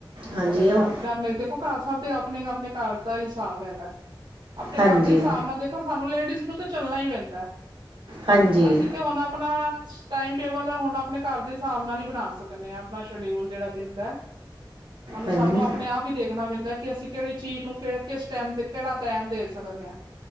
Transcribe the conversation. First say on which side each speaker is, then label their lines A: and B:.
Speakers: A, on the right; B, on the right.
A: ਹਾਂਜੀ,
B: ਪਰ
A: ਉਹ-
B: ਆਪਣੇ ਦੇਖੋ ਖਾਲ ਸਾਹਿਬ ਦੇ ਆਪਣੇ ਆਪਣੇ ਘਰ ਦਾ ਹਿਸਾਬ ਹੈਗਾ ਆਪਣੇ
A: ਹਾਂਜੀ,
B: ਘਰ ਦੇ ਹਿਸਾਬ ਨਾਲ ਦੇ ਦੇਖੋ ਸਾਨੂੰ ਲੇਡੀਜ਼ ਨੂੰ ਤਾਂ ਚੱਲਣਾ ਹੀ ਪੈਂਦਾ
A: ਹਾਂਜੀ,
B: ਅਸੀਂ ਤੇ ਹੁਣ ਆਪਣਾ ਟਾਈਮ ਟੇਬਲ ਹੁਣ ਆਪਣੇ ਘਰ ਦੇ ਹਿਸਾਬ ਨਾਲ ਹੀ ਬਣਾ ਸਕਦੇ ਹਾਂ ਆਪਣਾ ਸ਼ਡਿਊਲ ਜਿਹੜਾ ਦਿੰਦਾ
A: ਹਾਂਜੀ।
B: ਸਾਨੂੰ ਆਪਣੇ ਆਪ ਵੀ ਦੇਖਣਾ ਪੈਂਦਾ ਕਿ ਅਸੀਂ ਕਿਹੜੀ ਚੀਜ਼ ਨੂੰ ਕਿਸ ਟਾਈਮ ਕਿਹੜਾ ਟੈਮ ਦੇ ਸਕਦੇ ਹਾਂ।